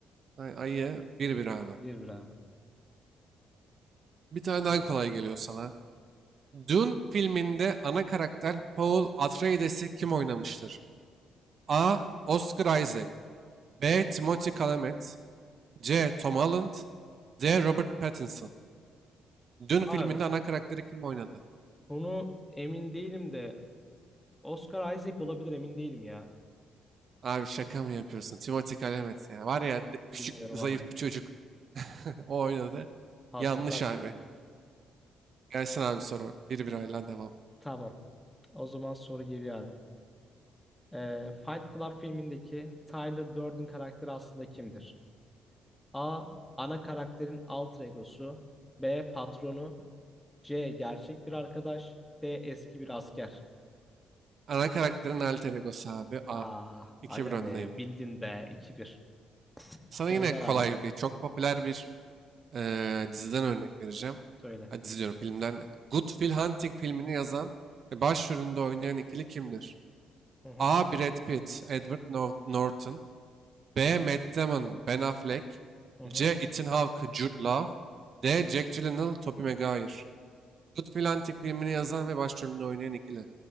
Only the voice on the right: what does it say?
Ay, ayı bir bir abi.
Bir tane
daha kolay geliyor sana. Dune filminde ana karakter Paul Atreides'i kim oynamıştır? A. Oscar Isaac B. Timothée Chalamet C. Tom Holland D. Robert Pattinson Dün
filminde ana karakteri kim oynadı?
Abi şaka mı yapıyorsun? Timothée Chalamet ya. Var ya de- küçük
zayıf
bir çocuk. <laughs> O oynadı.
Yanlış abi.
Gelsin abi soru. Bir bir oyla devam.
Ana karakterin alter egosu abi.
A. 2
bir
öndeyim.
Sana
yine kolay
bir, çok popüler bir eee, diziden örnek vereceğim.
Hadi dizi diyorum filmden. Good Will Hunting filmini yazan ve başrolünde oynayan ikili kimdir?
A. Brad Pitt, Edward Nor- Norton. B. Matt Damon, Ben Affleck.
C. Ethan Hawke, Jude Law. D. Jack Gyllenhaal, Tobey Maguire. Good Antik filmini yazan ve başrolünde oynayan ikili.